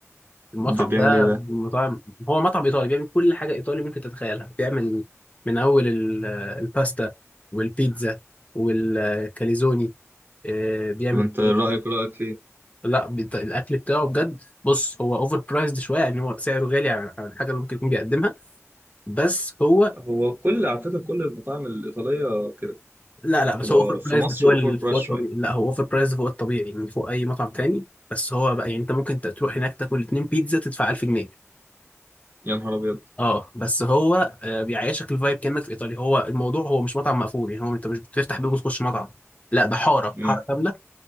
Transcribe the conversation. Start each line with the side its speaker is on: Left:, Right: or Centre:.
Left: المطعم
Right: ده بيعمل
Left: ده
Right: إيه ده؟
Left: من مطاعم هو مطعم ايطالي بيعمل كل حاجه ايطالي ممكن تتخيلها بيعمل من اول ال- آه، الباستا والبيتزا والكاليزوني آه، بيعمل
Right: طب أنت رأيك
Left: إيه؟
Right: رأيك فيه؟
Left: لا بت- الاكل بتاعه بجد بص هو اوفر برايزد شويه يعني هو سعره غالي عن عن الحاجه اللي ممكن يكون بيقدمها بس هو
Right: هو كل على فكرة كل المطاعم الإيطالية كده
Left: لا لا بس
Right: تبقى
Left: هو اوفر برايزد
Right: في مصر
Left: فوق
Right: أوفر
Left: ال-
Right: برايس
Left: فوق الطبيعي
Right: شوية
Left: لا هو اوفر برايزد فوق الطبيعي يعني فوق اي مطعم تاني بس هو بقى يعني انت ممكن تروح هناك تاكل اتنين بيتزا تدفع 1000 جنيه
Right: يا نهار أبيض
Left: اه بس هو آه، بيعيشك الفايب كانك في ايطاليا هو الموضوع هو مش مطعم مقفول يعني هو انت مش بتفتح باب وتخش مطعم لا ده حاره
Right: مم.
Left: حاره كامله